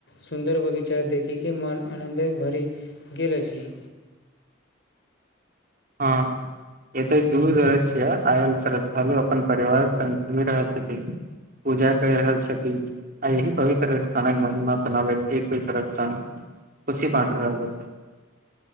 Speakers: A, on the left (about 60°); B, on the right (about 45°).
A: सुन्दर बगीचा देखी केँ मन आनन्द भरी गेल अछि
B: हँ एतऽ दूर रहैय छियै आइ श्रद्धालु अपन परिवार संग घूमि रहल छथि पूजा कय रहल छथिन आ एही पवित्र स्थानक महिमा सुनाबैक एक दोसरक संग खुशी बाँट रहल